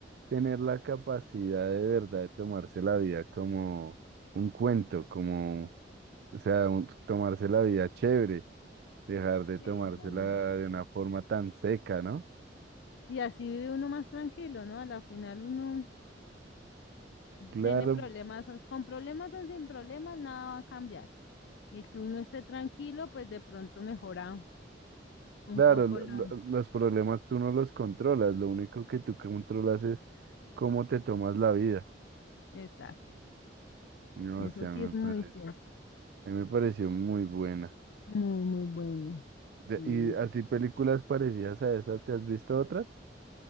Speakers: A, on the right; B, on the left.
A: tener la capacidad de verdad de tomarse la vida como un cuento, como, o sea, un- tomarse la vida chévere, dejar de
B: Sí,
A: tomársela
B: también.
A: de una forma tan seca, ¿no?
B: Y así vive uno más tranquilo, ¿no? A la final uno
A: Claro,
B: tiene problemas, o- con problemas o sin problemas, nada va a cambiar. Y el que uno esté tranquilo, pues de pronto mejora un
A: Claro,
B: poco
A: lo-
B: la...
A: lo- los problemas tú no los controlas, lo único que tú controlas es cómo te tomas la vida.
B: Exacto,
A: No,
B: eso
A: o sea, me
B: sí es muy
A: parece,
B: cierto,
A: a mí me pareció muy buena.
B: muy, muy bueno.
A: De-
B: sí.
A: ¿y así películas parecidas a esa, te has visto otras?